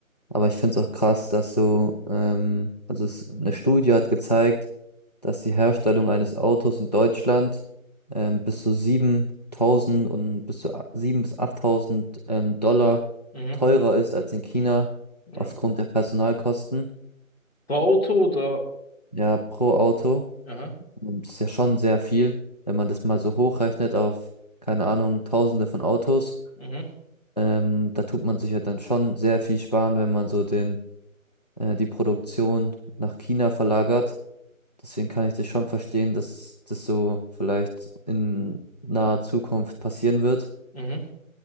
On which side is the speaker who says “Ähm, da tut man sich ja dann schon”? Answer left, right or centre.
Left